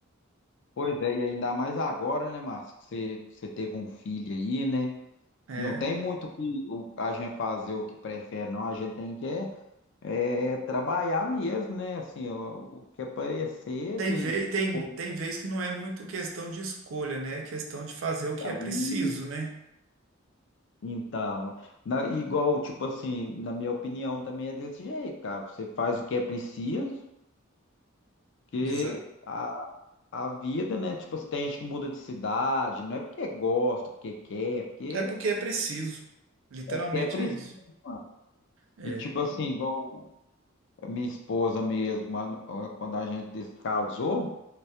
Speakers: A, on the left; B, on the right.
A: pois é, e ainda mais agora, né, Márcio, que você, você teve um filho aí, né?
B: É.
A: Não tem muito que o- a gente fazer o que prefere, não. A gente tem que é, é, trabalhar mesmo, né? Assim, ó, o que aparecer
B: Tem
A: de
B: vez,
A: se
B: tem,
A: for
B: tem vez que não é muito questão de escolha, né? É questão de fazer o que
A: pra
B: é preciso,
A: um,
B: né?
A: então, na- igual, tipo assim, na minha opinião também é desse jeito, cara. Você faz o que é preciso, que
B: Exato.
A: a, a vida, né? Tipo, assim, tem gente que muda de cidade, não é porque gosta, porque quer, é porque
B: É porque é preciso. Literalmente
A: é porque é preciso,
B: é isso.
A: né, mano.
B: É,
A: E tipo assim, igual a minha esposa mesmo, mano, quando a gente se casou